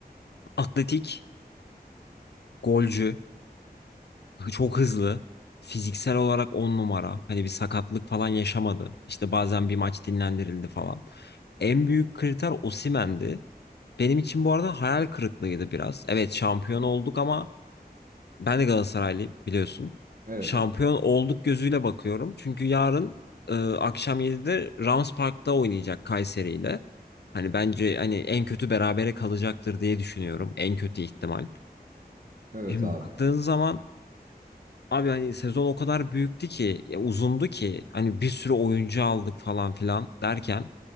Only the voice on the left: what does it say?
atletik, golcü, çok hızlı. Fiziksel olarak on numara. Hani bir sakatlık falan yaşamadı. İşte bazen bir maç dinlendirildi falan. En büyük kriter Osimhen'di. Benim için bu arada hayal kırıklığıydı biraz. Evet şampiyon olduk ama Ben de Galatasaraylıyım biliyorsun.
Şampiyon
olduk gözüyle bakıyorum. Çünkü yarın e, akşam 7'de Rams Park'ta oynayacak Kayseri ile. Hani bence hani en kötü berabere kalacaktır diye düşünüyorum. En kötü ihtimal.
Şimdi
baktığın zaman abi hani sezon o kadar büyüktü ki, ya uzundu ki hani bir sürü oyuncu aldık falan filan derken